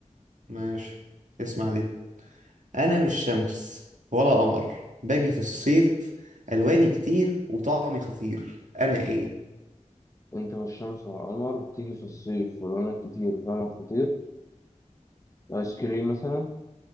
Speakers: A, on the right; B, on the left.
A: ماشي اسمع دي انا مش شمس ولا قمر باجي في الصيف الواني كتير وطعمي خطير انا ايه
B: انت والشمس والقمر بتيجي في الصيف ولونك كتير وطعمك خطير ايس كريم مثلا